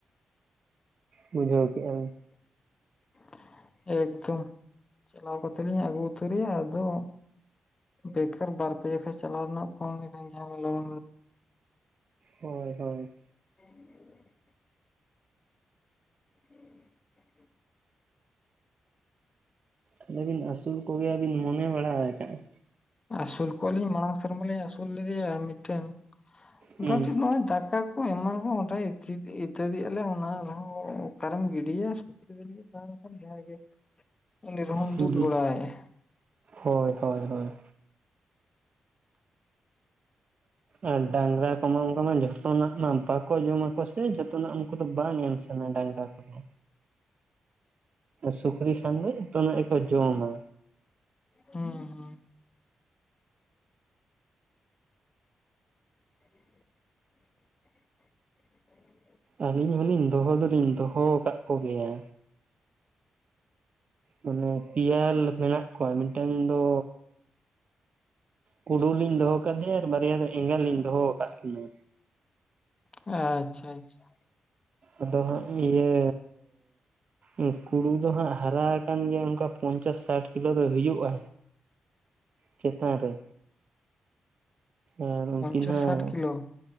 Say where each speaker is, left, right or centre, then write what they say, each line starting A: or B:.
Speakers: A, on the right (about 45°); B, on the left (about 25°).
A: ᱵᱩᱡᱷᱟᱹᱣ ᱠᱮᱜᱟ ᱵᱤᱱ
B: <unintelligible> ᱮᱠᱫᱚᱢ ᱪᱟᱞᱟᱣ ᱠᱟᱛᱮ ᱞᱤᱧ ᱟᱹᱜᱩ ᱩᱛᱟᱹᱨᱮᱭᱟ ᱟᱫᱚ᱾ ᱵᱮᱠᱟᱨ ᱵᱟᱨ ᱯᱮᱡ ᱠᱷᱚᱡ ᱪᱟᱞᱣ ᱱᱟᱜ ᱡᱷᱟᱢᱮᱞᱟ
A: ᱦᱳᱭ ᱦᱳᱭ
B: <unintelligible> <unintelligible>
A: ᱛᱟᱦᱞᱮ ᱵᱤᱱ ᱟᱹᱥᱩᱞ ᱠᱚᱜᱮᱭᱟ ᱵᱤᱱ ᱢᱚᱱᱮ ᱵᱟᱲᱟ ᱠᱟᱱᱟᱫᱼᱟ?
B: ᱟᱹᱥᱩᱞ ᱠᱚᱣᱟᱞᱤᱧ ᱢᱟᱲᱟᱝ ᱥᱮᱨᱢᱟᱞᱤᱧ ᱟᱹᱥᱩᱞ ᱞᱮᱫᱮᱭᱟ ᱢᱤᱫᱴᱟᱝ ᱢᱚᱴᱟᱢᱩᱴᱤ
A: ᱦᱩᱸ
B: ᱱᱚᱜᱼᱚᱭ ᱫᱟᱠᱟ ᱮᱢᱟᱱ ᱠᱚ ᱚ ᱤᱛᱟᱹᱫ ᱜᱮ-ᱟ ᱞᱮ ᱚᱱᱟ ᱨᱮᱦᱚᱸ ᱚᱠᱟᱨᱮᱢ ᱜᱤᱰᱤᱭᱟ᱾ <inaudible> ᱠᱷᱟᱱ ᱡᱟᱦᱟᱸ ᱜᱮ ᱩᱱᱤ ᱨᱦᱚᱱ
A: ᱦᱩᱸ
B: ᱫᱩᱞ ᱵᱟᱲᱟᱭᱟ᱾
A: ᱦᱳᱭ ᱦᱳᱭ ᱦᱳᱭ ᱟᱨ ᱰᱟᱝᱨᱟ ᱚᱱᱠᱟ ᱢᱟ ᱡᱚᱛᱚᱱᱟᱜ ᱢᱟ ᱵᱟᱠᱚ ᱡᱚᱢᱟᱠᱚ ᱥᱮ ᱡᱚᱛᱚᱱᱟᱜ ᱩᱱᱠᱩ ᱫᱚ ᱵᱟᱝ ᱮᱢ ᱥᱮ ᱚᱱᱟ ᱰᱟᱝᱨᱟ ᱠᱚᱫᱚ ᱥᱩᱠᱨᱤ ᱥᱟᱱ ᱫᱚ ᱡᱷᱚᱛᱚ ᱱᱟᱜ ᱜᱮᱠᱚ ᱡᱚᱢᱟ᱾
B: ᱦᱩᱸ ᱦᱩᱸ᱾ <unintelligible>
A: ᱟᱞᱤᱧ ᱦᱚᱸᱞᱤᱧ ᱫᱚᱦᱚ ᱫᱚᱞᱤᱧ ᱫᱚᱦᱚ ᱣᱟᱠᱟᱜ ᱠᱚ ᱜᱮᱭᱟ᱾ ᱢᱟᱱᱮ ᱯᱮᱭᱟ ᱞᱮ ᱢᱮᱱᱟᱜ ᱠᱚᱣᱟ ᱢᱤᱫᱴᱟᱝ ᱫᱚᱼᱼ ᱠᱩᱰᱩ ᱞᱤᱧ ᱫᱚᱦᱚ ᱠᱟᱫᱮᱭᱟ ᱟᱨ ᱵᱟᱨᱭᱟ ᱫᱚ ᱮᱸᱜᱟ ᱞᱤᱧ ᱫᱚᱦᱚ ᱣᱟᱠᱟᱜ ᱠᱤᱱᱟᱹ᱾
B: ᱟᱪᱷᱟ ᱟᱪᱷᱟ᱾
A: ᱟᱫᱚ ᱦᱟᱸᱜ ᱤᱭᱟᱹᱻᱼᱼ ᱩᱸᱻ ᱠᱩᱲᱩ ᱫᱚ ᱦᱟᱸᱜ ᱦᱟᱨᱟ ᱟᱠᱟᱱ ᱜᱮᱭᱟ ᱚᱱᱠᱟ ᱯᱚᱧᱪᱟᱥ ᱥᱟᱴ ᱠᱤᱞᱳ ᱫᱚᱭ ᱦᱩᱭᱩᱜ-ᱟ᱾ ᱪᱮᱛᱟᱱ ᱨᱮ ᱟᱨ ᱩᱱᱠᱤᱱ
B: ᱯᱚᱧᱪᱟᱥ
A: ᱦᱟᱸᱜᱼᱼ
B: ᱥᱟᱴ ᱠᱤᱞᱳ